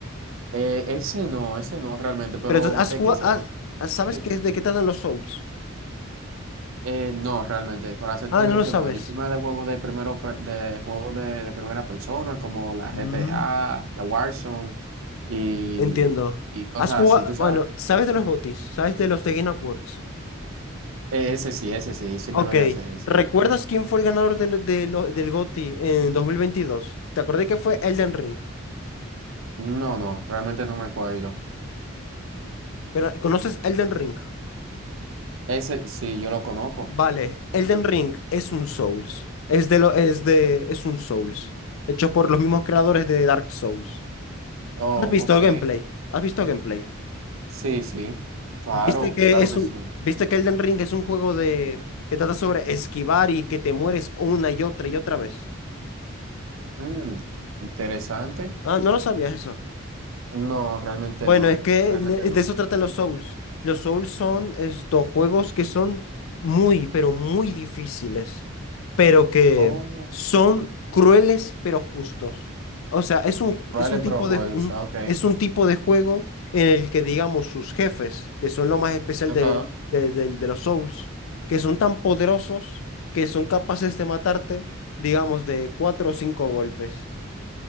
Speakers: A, on the right; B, on the left.
A: Eh, ese no, ese no realmente, pero
B: Pero tú has
A: ¿de
B: jugado,
A: qué se...
B: has- has- ¿sabes
A: qué-
B: qué, de qué tratan los Souls?
A: eh, no, realmente, para serte
B: Ah,
A: honesto,
B: no lo sabes.
A: no. Yo soy más de juegos de primero pre- de juegos de, de primera persona, como la
B: Mm,
A: GTA, la Warzone y,
B: Entiendo.
A: y cosas
B: Has jugado,
A: así, ¿tú sabes?
B: bueno, ¿sabes de los GOTYs? ¿Sabes de los The Game Awards?
A: Eh, ese sí, ese sí, sí
B: Ok.
A: me vele hacer, sí.
B: ¿Recuerdas quién fue el ganador del, de lo- del GOTY en 2022? Te acordé que fue Elden Ring.
A: No, no, realmente no me acuerdo.
B: Pero, ¿conoces Elden Ring?
A: Ese sí, yo lo conozco.
B: Vale, Elden Ring es un Souls. Es de lo, es de, es un Souls. Hecho por los mismos creadores de Dark Souls.
A: Oh,
B: ¿Has visto
A: ok.
B: gameplay? ¿Has visto gameplay?
A: Sí, sí, claro,
B: ¿Viste que
A: claro
B: es
A: que
B: un,
A: sí.
B: viste que Elden Ring es un juego de, que trata sobre esquivar y que te mueres una y otra y otra vez?
A: Mm, interesante.
B: Ah, no lo sabías eso.
A: No, realmente
B: Bueno,
A: no,
B: es que
A: realmente
B: le-
A: no.
B: de eso tratan los Souls. Los Souls son estos juegos que son muy, pero muy difíciles, pero que
A: Oh,
B: son crueles, pero justos. O sea, es un,
A: Rally
B: es un
A: Pro
B: tipo
A: Juegos,
B: de, un-
A: ah, ok.
B: es un tipo de juego en el que, digamos, sus jefes, que son lo más especial
A: Ajá.
B: de, de, de- de los Souls, que son tan poderosos que son capaces de matarte, digamos, de cuatro o cinco golpes.